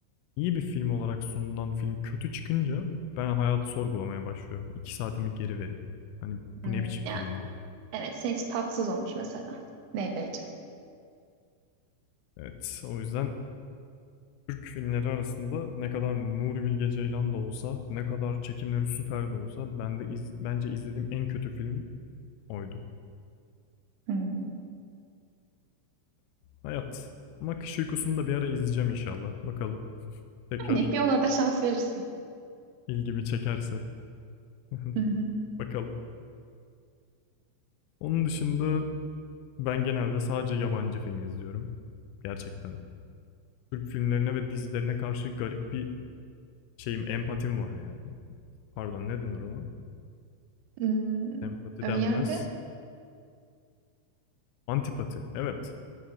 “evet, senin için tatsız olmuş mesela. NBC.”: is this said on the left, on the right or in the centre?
Right